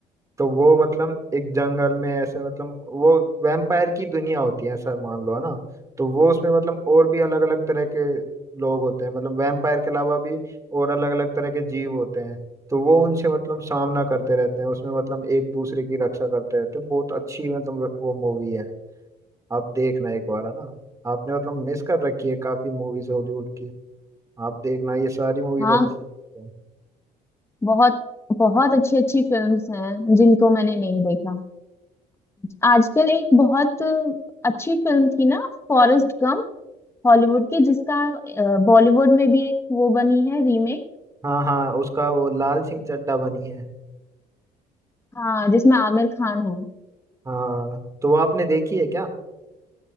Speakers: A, on the right (about 20°); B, on the left (about 15°).
A: तो वो मतलब एक जंगल में ऐसे मतलब वो वैम्पायर की दुनिया होती है ऐसा मान लो है ना तो वो उसमें मतलब और भी अलग अलग तरह के लोग होते हैं मतलब वैम्पायर के अलावा भी और अलग अलग तरह के जीव होते हैं तो वो उनसे मतलब सामना करते रहते हैं उसमें मतलब एक दूसरे की रक्षा करते रहते हैं बहुत अच्छी मतलब वो मूवी है आप देखना एक बार है ना आपने मतलब मिस कर रखी है काफी मूवीज हॉलीवुड की आप देखना ये सारी मूवीज
B: हाँ
A: अच्छी हैं
B: बहुत बहुत अच्छी अच्छी फिल्म्स हैं जिनको मैंने नहीं देखा आजकल एक बहुत अच्छी फिल्म थी ना फॉरेस्ट गम हॉलीवुड की जिसका बॉलीवुड में भी एक वो बनी है रीमेक
A: हाँ हाँ उसका वो लाल सिंह चड्ढा बनी है
B: हाँ जिसमें आमिर खान है
A: हाँ तो वो आपने देखी है क्या